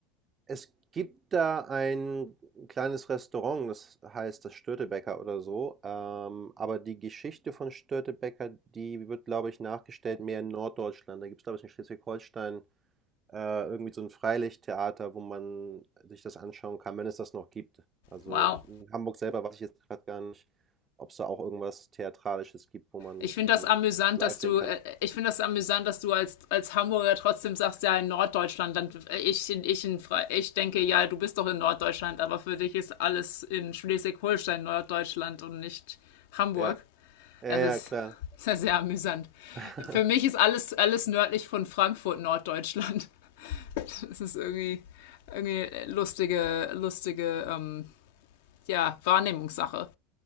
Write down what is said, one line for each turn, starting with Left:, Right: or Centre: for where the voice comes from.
Right: Es gibt da ein kleines Restaurant, das heißt das Störtebeker oder so. Ähm, aber die Geschichte von Störtebeker, die wird, glaube ich, nachgestellt mehr in Norddeutschland. Da gibt es, glaube ich, in Schleswig-Holstein äh, irgendwie so ein Freilichttheater, wo man sich das anschauen kann, wenn es das noch gibt. Also,
Left: Wow.
Right: ich in Hamburg selber weiß ich jetzt gerade gar nicht, ob es da auch irgendwas Theatralisches gibt, wo man
Left: Ich finde
Right: wo
Left: das
Right: man
Left: amüsant,
Right: das live
Left: dass du,
Right: sehen kann.
Left: äh, ich finde das amüsant, dass du als, als Hamburger trotzdem sagst, ja, in Norddeutschland, dann äh, ich, ich, in ich denke, ja, du bist doch in Norddeutschland, aber für dich ist alles in Schleswig-Holstein Norddeutschland und nicht Hamburg.
Right: Ja, ja,
Left: Das
Right: ja,
Left: ist
Right: klar.
Left: sehr, sehr amüsant.
Right: <laughs>
Left: Für mich ist alles, alles nördlich von Frankfurt Norddeutschland. es ist irgendwie, irgendwie lustige, lustige ähm, ja, Wahrnehmungssache.